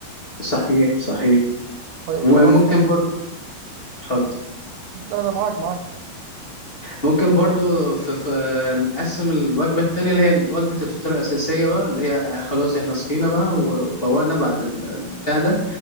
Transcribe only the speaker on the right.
طيب
خلاص كده
لا انا معاك معاك